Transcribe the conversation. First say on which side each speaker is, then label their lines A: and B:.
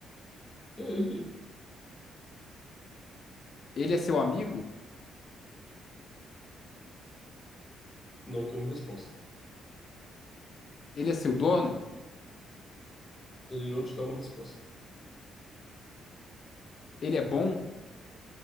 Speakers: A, on the left; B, on the left.
A: E aí Ele
B: Ele é seu amigo?
A: não tem uma resposta.
B: Ele é seu dono?
A: Ele não te dá uma resposta.
B: Ele é bom?